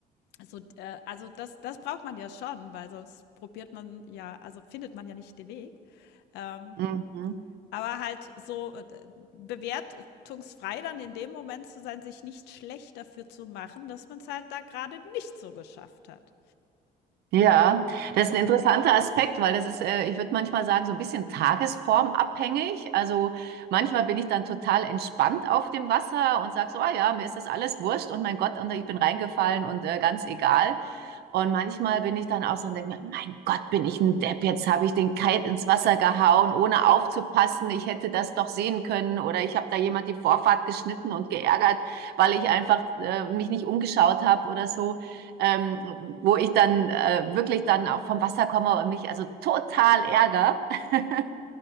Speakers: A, on the left; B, on the right.
A: so äh, also das das braucht man ja schon, weil sonst probiert man ja also findet man ja nicht den Weg. Ähm
B: Mhm.
A: aber halt so, äh, bewertungsfrei dann in dem Moment zu sein, sich nicht schlecht dafür zu machen, dass man es halt da gerade nicht so geschafft hat.
B: Ja, das ist ein interessanter Aspekt, weil das ist, äh, ich würde manchmal sagen, so ein bisschen tagesformabhängig. Also manchmal bin ich dann total entspannt auf dem Wasser und sage so, ah ja, mir ist das alles wurscht und mein Gott, und ich bin reingefallen und äh, ganz egal. Und manchmal bin ich dann auch so und denke mir, mein Gott, bin ich ein Depp, jetzt habe ich den Kite ins Wasser gehauen, ohne aufzupassen. Ich hätte das doch sehen können oder ich habe da jemand die Vorfahrt geschnitten und geärgert, weil ich einfach äh, mich nicht umgeschaut habe oder so, ähm, wo ich dann äh, wirklich dann auch vom Wasser komme und mich also total ärgere. <laughs>